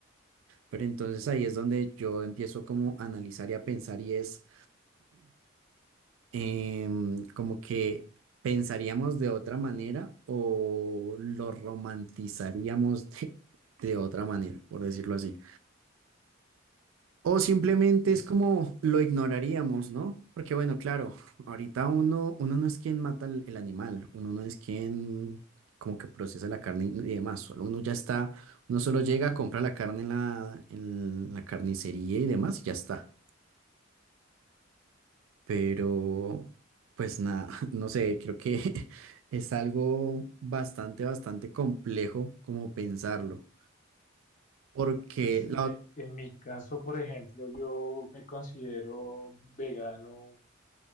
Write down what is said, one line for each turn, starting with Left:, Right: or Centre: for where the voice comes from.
Right: Pero entonces ahí es donde yo empiezo como a analizar y a pensar y es... em, como que pensaríamos de otra manera o lo romantizaríamos de, de otra manera, por decirlo así. O simplemente
Left: Pues,
Right: es como lo ignoraríamos, ¿no? Porque bueno, claro, ahorita uno, uno no es quien mata el, el animal, uno no es quien como que procesa la carne y y demás, solo uno ya está, uno solo llega a comprar la carne en la, en la carnicería y demás y ya está. Pero, pues nada, <laughs> no sé, creo que <laughs> es algo bastante, bastante complejo como pensarlo, porque
Left: pues eh,
Right: la... ot-
Left: en mi caso, por ejemplo, yo me considero vegano